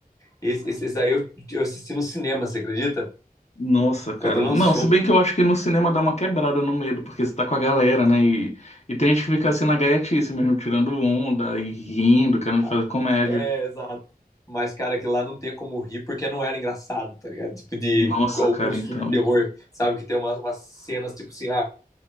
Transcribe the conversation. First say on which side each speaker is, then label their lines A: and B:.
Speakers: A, on the left; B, on the left.
A: Esse, esse, esse daí eu, eu assisti no cinema, você acredita?
B: Nossa, cara.
A: Quando lançou.
B: Não, se bem que eu acho que no cinema dá uma quebrada no medo, porque você tá com a galera, né? E, e tem gente que fica assim na gaiatice mesmo, tirando onda e rindo, querendo
A: Ah,
B: fazer comédia.
A: É, exato. Mas, cara, que lá não tem como rir porque não era engraçado, tá ligado? Tipo, de
B: Nossa,
A: igual
B: cara,
A: alguns
B: então.
A: filmes de terror, sabe? Que tem umas, umas cenas, tipo assim, ah,